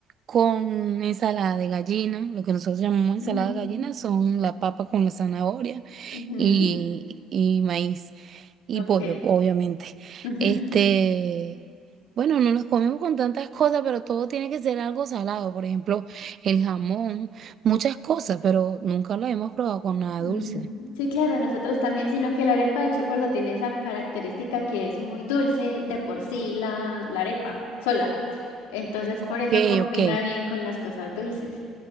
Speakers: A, on the right (about 50°); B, on the left (about 75°).
A: con ensalada de gallina. Lo que nosotros llamamos ensalada
B: Mm,
A: de gallina son la papa con la zanahoria
B: ujú,
A: y, y maíz. Y
B: Ok.
A: pollo, obviamente.
B: <laughs>
A: Este, bueno, no los comemos con tantas cosas, pero todo tiene que ser algo salado. Por ejemplo, el jamón, muchas cosas, pero nunca lo hemos probado con nada
B: Mm,
A: dulce.
B: Sí, claro, nosotros también, sino que la arepa de chocolo tiene esa característica que es muy dulce de por sí la, la arepa sola. Entonces,
A: Ok,
B: por eso combina
A: ok.
B: bien con las cosas dulces.